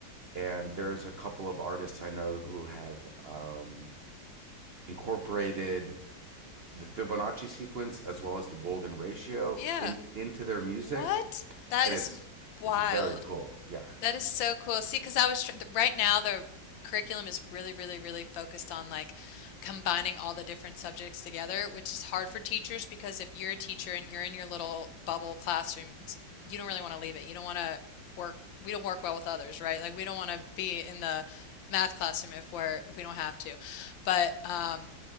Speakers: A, on the right (about 55°); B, on the left (about 85°).
A: and there's a couple of artists i know who have um, incorporated the fibonacci sequence as well as the golden ratio
B: Yeah.
A: in, into their music
B: What? That
A: and
B: is
A: it's
B: wild.
A: it's very cool yeah
B: That is
A: it's
B: so cool. See, because I was tr right now the curriculum is really, really, really focused on like combining all the different subjects together, which is hard for teachers because if you're a teacher and you're in your little bubble classroom, it's you don't really want to leave it. You don't want to work. We don't work well with others, right? Like we don't want to be in the math classroom if we're if we don't have to. But um,